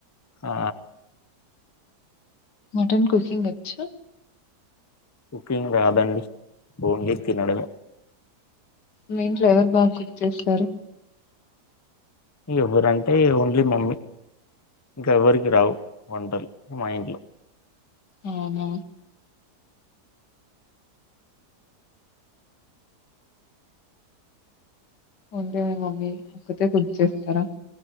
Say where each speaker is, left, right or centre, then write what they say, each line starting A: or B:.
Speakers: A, on the left (about 20°); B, on the left (about 80°).
A: ఆ
B: మటన్ కుకింగ్ వచ్చ
A: కుకింగ్ రాదండి ఓన్లీ తినడమే
B: మీ ఇట్లో ఎవరు బాగా కుక్ చేస్తారు
A: ఎవరంటే ఓన్లీ మమ్మీ ఇంకా ఎవ్వరికి రావు వంటలు మా ఇంట్లో
B: అవును ఉండే మమ్మీ ఒకక్కత కుక్ చేస్తారా